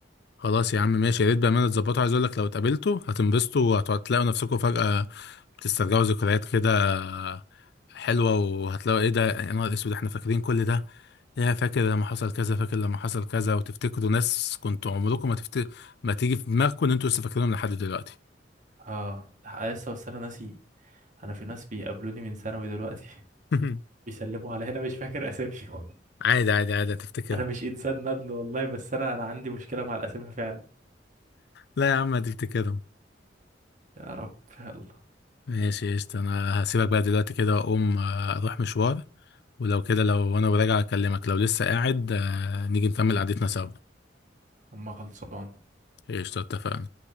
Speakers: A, on the left (about 65°); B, on the right (about 45°).
A: خلاص يا عم ماشي يا ريت بامانه تظبطوا عايز اقول لك لو اتقابلتوا هتنبسطوا وهتلاقوا نفسكم فجاه بتسترجعوا ذكريات كده حلوه وهتلاقوا ايه ده يا نهار اسود احنا فاكرين كل ده يا فاكر لما حصل كذا فاكر لما حصل كذا وتفتكروا ناس كنتوا عمركم ما تفت... ما تيجي في دماغكم ان انتوا لسه فاكرينهم لحد دلوقتي
B: اه لأ، لسه بس انا ناسي انا في ناس بيقابلوني من ثانوي دلوقتي <laughs>
A: <laughs>
B: بيسلموا على هنا مش فاكر اساميهم
A: عادي عادي عادي هتفتكرهم
B: انا مش انسان ندل والله بس انا انا عندي مشكله مع الاسامي فعلا
A: لا يا عم هتفتكرهم
B: يا رب يلا
A: ماشي قشطة انا هسيبك بقى دلوقتي كده واقوم آه، اروح مشوار ولو كده لو انا وراجع اكلمك لو لسه قاعد آه، نيجي نكمل قعدتنا سوا
B: اما خلصان
A: قشطة اتفقنا